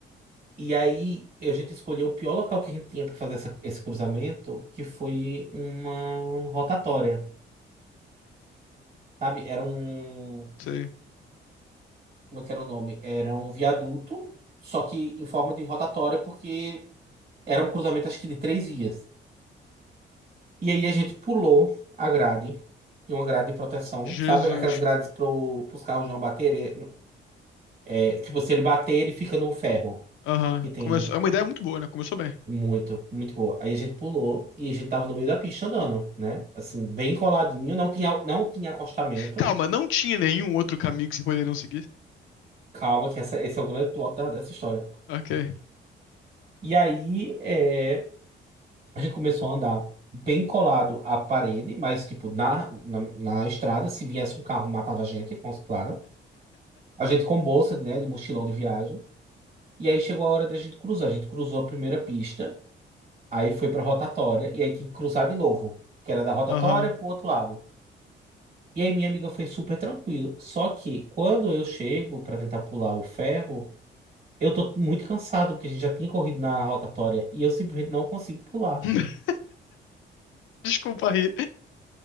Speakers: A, on the right; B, on the left.
A: E aí a gente escolheu o pior local que a gente tinha para fazer essa- esse cruzamento, que foi uma rotatória, sabe? Era um
B: sei.
A: como é que era o nome? Era um viaduto, só que em forma de rotatória, porque era um cruzamento, acho que de três vias. E aí a gente pulou a grade, de uma grade de proteção,
B: Jesus.
A: sabe? Aquelas grades para os carros não baterem. É, tipo, se ele bater, ele fica no ferro.
B: Aham,
A: Que tem,
B: começou.
A: né?
B: É uma ideia muito boa, né? Começou bem.
A: Muito, muito boa. Aí a gente pulou e a gente tava no meio da pista andando, né? Assim, bem coladinho, não tinha, não tinha acostamento.
B: Calma, não tinha nenhum outro caminho que vocês poderiam seguir?
A: Calma, que essa, esse é o grande plot da- dessa história.
B: Ok.
A: E aí, é. A gente começou a andar bem colado à parede, mas, tipo, na, na, na estrada, se viesse um carro, matava a gente, com- claro. A gente com bolsa, né, de mochilão de viagem. E aí chegou a hora da gente cruzar. A gente cruzou a primeira pista, aí foi pra rotatória, e aí tinha que cruzar de novo, que era da rotatória
B: Aham.
A: pro outro lado. E aí minha amiga foi super tranquilo. Só que quando eu chego pra tentar pular o ferro, eu tô muito cansado, porque a gente já tinha corrido na rotatória, e eu simplesmente não consigo pular.
B: <laughs> Desculpa aí.